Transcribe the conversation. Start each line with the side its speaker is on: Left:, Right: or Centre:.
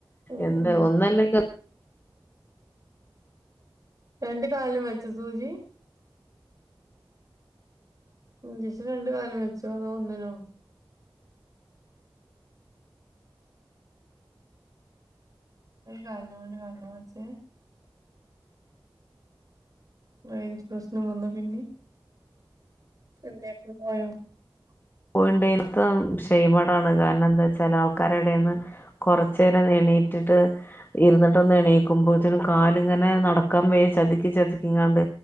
Right: ഉം
Left: എന്താ
Right: ഉം
Left: ഒന്നല്ലേ
Right: രണ്ട് കാല വെച്ച സൂജി ഇഞ്ചക്ഷൻ രണ്ട് കാലം വെച്ചോ അതോ ഒന്നിനോ ഒരു കൽമേ രണ്ടും വെച്ചേ റേഞ്ച് പ്രശ്നം വന്നാ പിന്നെ എന്തപ്പ പോയോ
Left: യിണ്ടത്തെ ഷെയ്മടാണ് കാരണം എന്താ വെച്ചാ ആൾക്കാരുടന്ന് കൊറച്ചു നേരം എണീറ്റിട്ട് ഇരുന്നിട്ടൊന്ന് എണീക്കുമ്പോച്ചനും കാാലിങ്ങനെ നടക്കാൻ പോയി ചതിക്കി ചതിക്ക ഇങ്ങാണ്ട്